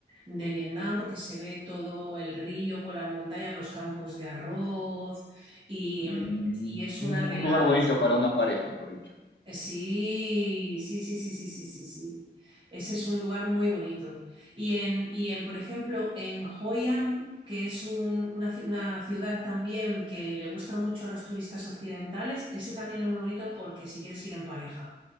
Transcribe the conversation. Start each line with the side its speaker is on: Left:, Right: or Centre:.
Right: de Vietnam, porque se ve todo el río con las montañas, los campos de arroz y,
Left: Mm,
Right: y es
Left: un,
Right: una
Left: un
Right: de las...
Left: lugar bonito para una pareja, mejor dicho.
Right: Sí, sí, sí, sí, sí, sí, sí, sí. Ese es un lugar muy bonito. Y en, y en por ejemplo, en Hoi An, que es un- una, ci- una ciudad también que le gusta mucho a los turistas occidentales, ese también es muy bonito porque si quieres ir en pareja.